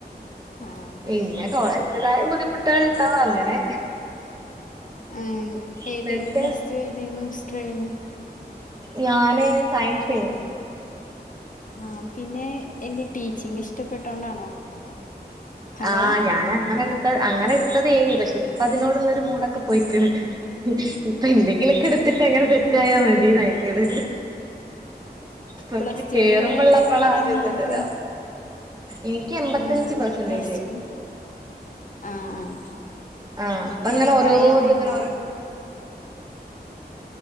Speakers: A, on the left; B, on the right.
A: ആഹ്
B: പിന്നെ കോളേജ് ന്റെതായ ബുദ്ധിമുട്ടുകൾ ണ്ടാവോ അങ്ങനെ
A: ആഹ് ഏതായിുന്നു
B: എന്നിട്ട്
A: പ്ലസ് ടു ഏതായിുന്നു സ്ട്രെയിം
B: ഞാന് സയൻസേഞ്
A: ആഹ് പിന്നെ എന്റെ ടീച്ചിങ് ഇഷ്ടപ്പെട്ടോണ്ടാണോ ഹലോ
B: ആഹ് ഞാന അങ്ങനെ എടുത്ത അങ്ങനെ എടുത്തതേഞ് പക്ഷെ ഇപ്പ അതിനോടുള്ളൊരു മൂടൊക്കെ പോയിക്കണ് ഇപ്പൊ എന്തെങ്കിലൊക്കെ എടുത്തിട്ട് അങ്ങനെ സെറ്റ് ആയാ മതിനയ്ക്ണ് പ
A: പ്ലസ് ടുല്
B: കേറുമ്പള്ള നമ്മളാര്ണ്ടല്ലോ
A: എങ്ങനെ മാർക്ക്
B: എനിക്ക് എമ്പത്തഞ്ച്
A: ഉം
B: പെർസെന്റേ
A: പ്ലസ് ടു ആഹ് ആഹ്
B: ആഹ് അപ്പങ്ങനെ
A: ഏതോ
B: ഓരോ
A: ബയോ
B: ഇത്ങ്ങനെ ഓരോ
A: <unintelligible>